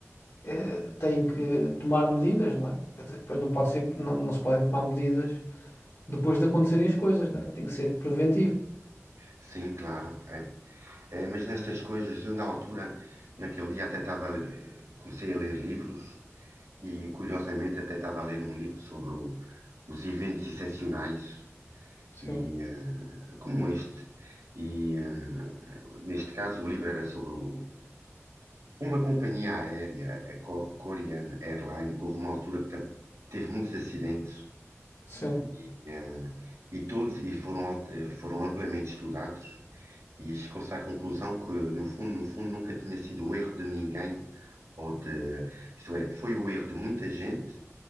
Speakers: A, on the left (about 80°); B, on the right (about 80°).
A: eh, têm que tomar medidas, não é? Quer dizer, depois não pode ser, não, não se podem tomar medidas depois de acontecerem as coisas, não é? Tem que ser preventivo.
B: Sim, claro. É. É, mas nestas coisas, eu na altura, naquele dia até estava, eh, comecei a ler livros E curiosamente até estava a ler um livro sobre o- os eventos excepcionais
A: Sim,
B: e eh, como este. E eh, neste caso o livro era sobre o- uma companhia aérea, a Co- Korean Airline, que houve uma altura que tam- teve muitos acidentes
A: sim,
B: e, eh, e todos e foram, al- eh, foram amplamente estudados e chegou-se à conclusão que no fundo, no fundo, nunca tinha sido o erro de ninguém ou de, isto é, foi o erro de muita gente